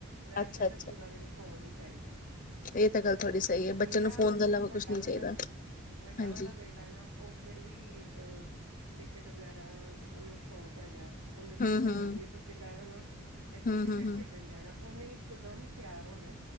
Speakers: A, on the right; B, on the left.
A: ਵੈਸੇ
B: ਅੱਛਾ
A: ਤਾਂ
B: ਅੱਛਾ
A: ਪੂਰਾ ਦਿਨ ਫੋਨ ਵਿੱਚ <unintelligible>
B: ਇਹ ਤਾਂ ਗੱਲ ਤੁਹਾਡੀ ਸਹੀ ਹੈ ਬੱਚੇ
A: ਮੇਰਾ
B: ਨੂੰ ਫੋਨ ਦੇ ਇਲਾਵਾ
A: ਜੋ ਵੱਡਾ
B: ਕੁਛ ਨਹੀਂ
A: ਵਾਲਾ
B: ਚਾਹੀਦਾ
A: ਵੱਡਾ
B: ਹਾਂਜੀ
A: ਵਾਲਾ ਬੇਟਾ ਨਾ ਉਹ ਫੇਿਰ ਵੀ ਅਹ ਕ੍ਰਿਕਟ ਵਗੈਰਾ ਉਹਨੂੰ ਸ਼ੌਂਕ ਹੈਗਾ ਉਹਨੂੰ
B: ਹੂੰ
A: ਹੈ
B: ਹੂੰ
A: ਮਾਤੇ ਤੁਸੀਂ ਕਹਿਹੇਓ ਨਾ ਇੱਥੇ
B: ਹੂੰ
A: ਕ੍ਰਿਕਟ
B: ਹੂੰ ਹੂੰ
A: ਖੇਡਣ ਜਾਣਾ ਉਹਨੇ ਇਕ ਦਮ ਤਿਆਰ ਹੋਣਾ